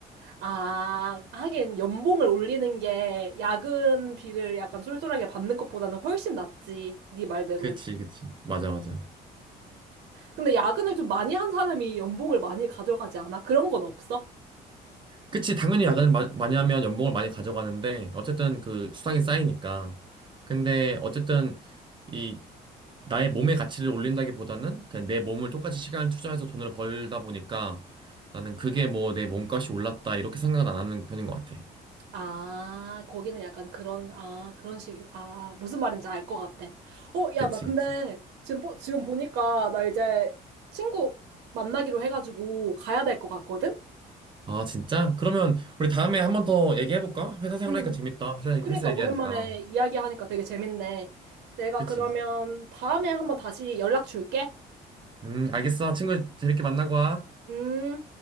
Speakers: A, on the right; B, on the right.
A: 아, 하긴 연봉을 올리는 게 야근비를 약간 쏠쏠하게 받는 것보다는 훨씬 낫지. 네 말대로.
B: 그치 그치 맞아 맞아
A: 근데 야근을 좀 많이 한 사람이 연봉을 많이 가져가지 않아? 그런 건 없어?
B: 그치, 당연히 야근을 마- 많이 하면 연봉을 많이 가져가는데, 어쨌든 그 수당이 쌓이니까. 근데 어쨌든 이 나의 몸의 가치를 올린다기보다는 그냥 내 몸을 똑같이 시간을 투자해서 돈을 벌다 보니까 나는 그게 뭐 내 몸값이 올랐다 이렇게 생각은 안 하는 편인 것 같아.
A: 아, 거기는 약간 그런, 아, 그런 식, 아, 무슨 말인지 알 것 같아. 어, 야,
B: 그치,
A: 나 근데
B: 그치.
A: 지금, 보- 지금 보니까 나 이제 친구 만나기로 해가지고 가야 될 것 같거든?
B: 아, 진짜? 그러면 우리 다음에 한번 더 얘기해볼까? 회사 생활하니까
A: 응, 응.
B: 재밌다. 회사,
A: 그러니까
B: 회사 얘기하니까.
A: 오랜만에 이야기하니까 되게 재밌네. 내가
B: 그치.
A: 그러면 다음에 한번 다시 연락 줄게.
B: 음, 알겠어. 친구 재밌게 만나고 와.
A: 음.